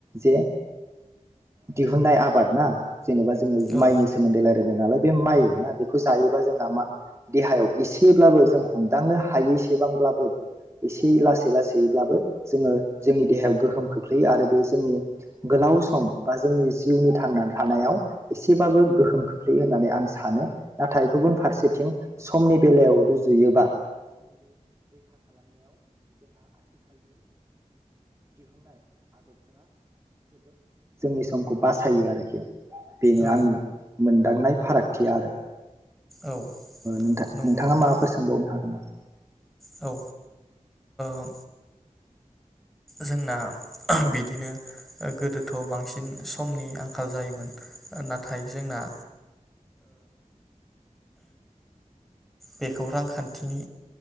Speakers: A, on the right; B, in the centre.
A: जे दिहुननाय आबाद ना जेनेबा जो
B: औ
A: माइनि सोमोन्दै ला दोनोनालाय बे माइ ना बेखौ जायोबा जोंहा मा देहायाव एसेब्लाबो जों हमदांनो हायैसेबांब्लाबो एसे लासै लासैब्लाबो जोङो जोंनि देहायाव गोहोम खोख्लैयो आरो बे जोंनि गोलाव सम बा जोंनि जिउनि थांनानै थानायाव एसेबाबो गोहोम खोख्लैयो होननानै आं सानो नाथाय गुबुन फारसेथिं समनि बेलायाव रुजुयोबा जोंनि समखौ बासायो आरोखि बेनो
B: औ
A: आंनि मोनदांनाय फारागथिया आरो
B: औ
A: नोंथां
B: नंगौ
A: नोंथाङा
B: नोंथां
A: माबाफोर सोंबावनो हागोन नामा?
B: औ ओ जोंना बिदिनो गोदोथ' बांसिन समनि आंखाल जायोमोन नाथाय जोंना बेखौ रांखान्थिनि